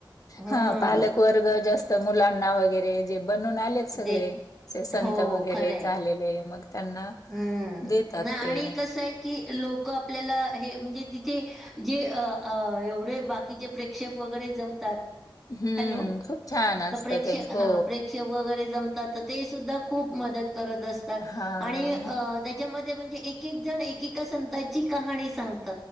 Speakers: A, in the centre; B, on the left.
A: हम्म
B: हं पालक वर्ग जास त मुलांना वगैरे, जे बनवून आल तेच सगळे,
A: देत
B: संत
A: हो
B: वगैरे
A: खरंय.
B: झालेले, मग त्यांना
A: हम्म,
B: देतात
A: न आणि
B: ते.
A: कसं ये की, लोकं आपल्याला, हे म्हणजे तिथे जे अ अ एवढे, बाकीचे प्रेक्षक वगैरे, जमतात.
B: हम्म,
A: हॅलो
B: खूप छान असतं
A: तर प्रेक्षक
B: ते, हो.
A: <unintelligible> वगैरे जमतात, त ते सुद्धा खूप मदत करत असता.
B: हां,
A: अ त्याच्यामध्ये, म्हणजे एक-एक जण, एकेका संतांची कहाणी सांगत.